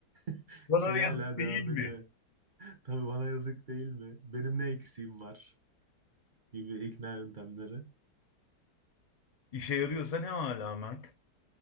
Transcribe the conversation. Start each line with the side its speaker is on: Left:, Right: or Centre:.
Right: <laughs>
Left: Bana
Right: Şeyi
Left: da yazık
Right: hala
Left: değil
Right: devam
Left: mi?
Right: ediyor. Tabii bana yazık değil mi? Benim ne eksiğim var gibi ikna yöntemleri.
Left: İşe yarıyorsa ne hala Mert?